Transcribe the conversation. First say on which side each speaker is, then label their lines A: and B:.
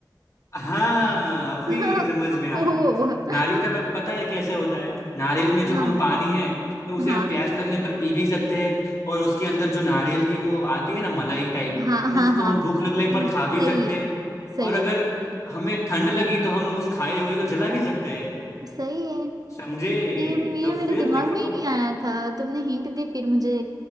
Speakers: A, on the left; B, on the right.
A: हाँ अभी
B: <laughs>
A: समझ में आया
B: ओ
A: नारियल का प- पता है कैसे होता है नारियल में जो
B: हाँ
A: हम पानी है तो उसे
B: हाँ
A: हम प्यास लगने पर पी भी सकते हैं और उसके अंदर जो नारियल की वो आती है ना मलाई टाइप
B: हाँ हाँ
A: उसको
B: हाँ
A: हम भूख लगने
B: सही
A: पर खा भी सकते
B: है
A: हैं
B: सही
A: और अगर
B: है
A: हमें ठंड लगी तो हम उस खाए हुए को जला भी सकते हैं
B: सही है
A: समझे
B: ये
A: तो
B: ये
A: फिर
B: मेरे दिमाग
A: देखो
B: में ही नहीं आया था तुमने हिंट दी फिर मुझे